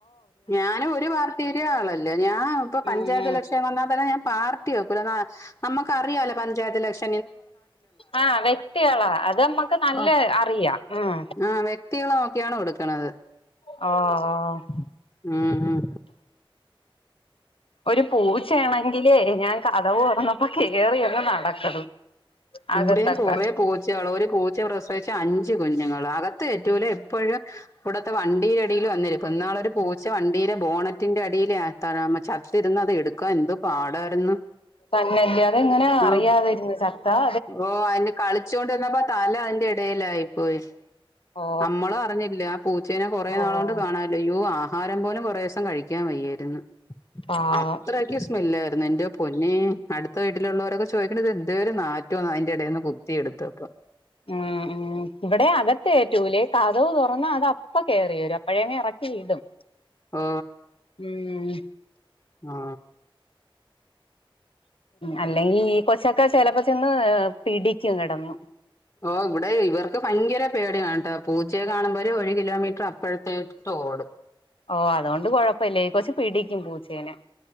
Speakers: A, on the left; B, on the left.
A: ഞാനൊരു പാർട്ടീടെ ആളല്ല ല്ല ഞാ ഇപ്പൊ പഞ്ചായത്ത്ലക്ഷൻ
B: ഉം
A: വന്നാ തന്നെ ഞാൻ പാർട്ടിനോക്കൂല നമുക്കറിയാലൊ പഞ്ചായത്തിലക്ഷ
B: ആ വ്യക്തികളാ അത് നമ്മക്ക് നല്ല
A: ഓ
B: അറിയാം ഉം
A: ആഹ് വ്യക്തികളെ നോക്കിയാണ് കൊടുക്ക്ണത്
B: ആ ആ
A: മ് മ്
B: ഒരു പൂച്ചയാണെങ്കിലേ ഞാൻ കതക് തൊർന്നപ്പോ കേറിയങ്ങ് നടക്കണ്
A: കൂടെ
B: അകത്തൊക്കെ
A: കൊറെ പൂച്ചകൾ ഒരു പൂച്ച പ്രസവിച്ച അഞ്ചു കുഞ്ഞുങ്ങൾ അകത്ത് കേറ്റൂല എപ്പഴും ഇവടെ വണ്ടിയിലടിയിൽ വന്നിരിക്കും ഇന്നാൾ ഒരുപൂച്ച പൂച്ച വണ്ടിയുടെ ബോണറ്റിന്റെ അടിയില് ചത്തിരുന്ന് അത് എടുക്കാൻ എന്ത്‌ പാടായിരുന്നു
B: തന്നല്ല്യ അതെങ്ങനെ അറിയാതിരുന്നു
A: ആഹ്
B: ചത്താ
A: ഓ അയിന് കളിച്ചോണ്ടിന്നപ്പോ തല അതിന്റെ ഇടയിലായിപ്പോയി
B: ഓ
A: നമ്മളു അറിഞ്ഞില്ലേ ആ പൂച്ചേനെ കൊറെ
B: ഓ
A: നാള്കൊണ്ട് കാണാല്ല യോ ആഹാരം പോലും കേറെ ദിവസം കഴിക്കാൻ വയ്യായിരുന്ന്‌
B: പാവം
A: അത്രക്കെ സ്മെല്ല് എന്റെ പൊന്നേ അടുത്ത വീട്ടിലുള്ളോരൊക്കെ ചോദിക്കണത് എന്തോര് നാ റ്റാവാ അയ്ന്റെ എടേന്ന് കുത്തിയെട്ത്തപ്പം
B: മ് മ് വിടേം അകത്തേറ്റൂല കതക് തുറന്നാ അത് അപ്പ കേറിവരും പ്പഴങ് ഇറക്കി വിടും
A: ഓ
B: ഉം
A: ആ
B: അല്ലെങ്കിൽ ഈ കൊച്ച ക്ക ചെലപ്പോ ചെന്ന് പിടിക്കും കെടന്നു
A: ഓ ഇവിടെ ഇവർക്ക് ഭയങ്കര പേടിയാണ് ട്ടോ പൂച്ചയെ കാണുമ്പോ ഒരു കിലോമീറ്റർ അപ്പറത്തോട്ടോ ടും
B: ഓ അതോണ്ട് കൊഴപ്പല്ല ഈ കൊച്ച് പിടിക്കും പൂച്ചേനെ